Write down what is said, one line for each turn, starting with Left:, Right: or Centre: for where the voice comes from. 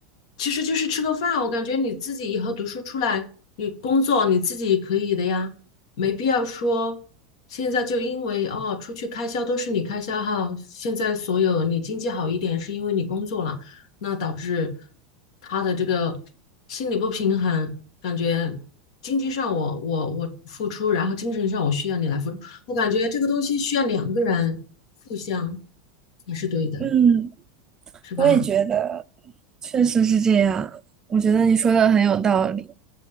Left: 其实就是吃个饭，我感觉你自己以后读书出来，你工作你自己可以的呀，没必要说现在就因为哦出去开销都是你开销哈，现在所有你经济好一点是因为你工作了，那导致他的这个心理不平衡，感觉。经济上我我我付出，然后精神上我需要你来付出，我感觉这个东西需要两个人互相才是对的，
Right: 嗯，
Left: 是吧？
Right: 我也觉得确实是这样，我觉得你说的很有道理。